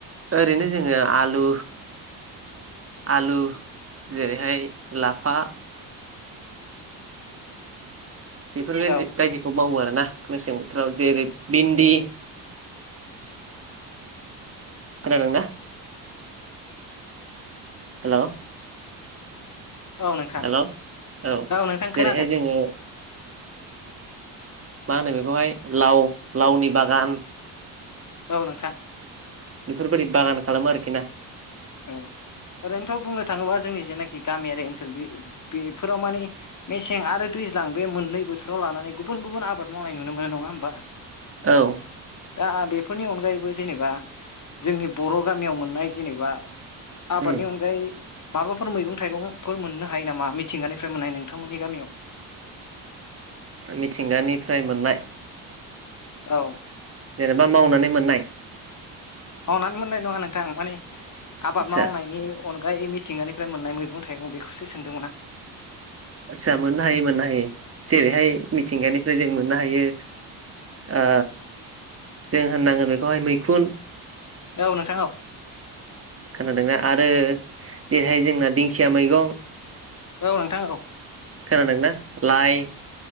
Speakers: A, on the right; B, on the left.
A: ओरैनो जोङो आलु आलु जेरैहाय लाफा बेफोरबायदि
B: औ
A: बायदिखौ मावो आरो ना मेसें बोथोराव जेरै बिन दि खोनादोंना? हेलौ
B: औ नोंथां
A: हेल' औ
B: औ नोंथां
A: जेरैहाय
B: खोनादों
A: जोङो मा होनो बेखौहाय लाव लावनि बागान
B: औ नोंथां
A: बेफोरबायदि बागान खालामो आरोखि ना
B: औ ओरैनोथ' बुंनो थाङोबा जोंनि जेनाखि गामियारि ओनसोल बे बेफोराव माने मेसें आरो दैज्लां बे मोननै बोथोराव लानानै गुबुन गुबुन आबाद मावनाय नुनो मोनो नङा होमबा
A: औ
B: दा बेफोरनि अनगायैबो जेनेबा जोंनि बर' गामियाव मोननाय जेनेबा आबादनि
A: उम
B: अनगायै माबाफोर मैगं थाइगंफोर मोननो हायो नामा मिथिंगानिफ्राय मोननाय नोंथांमोननि गामियाव
A: मिथिंगानिफ्राय मोननाय
B: औ
A: जेनेबा मावनानै मोननाय
B: मावनानै मोननाय नङा नोंथां माने आबाद
A: आदसा
B: मावनायनि अनग गायै मिथिंगानिफ्राय मोननाय मैगं थाइगं बेखौसो सोंदोंमोन आं
A: आस्सा मोननो हायो मोननो हायो जेरैहाय मिथिंगानिफ्राय जों मोननो हायो ओ जों होननांगोन बेखौहाय मैखुन
B: औ नोंथां औ
A: खोनादोंना आरो जेरैहाय जोंना दिंखिया मैगं
B: औ नोंथां औ
A: खोनादोंनाा लाइ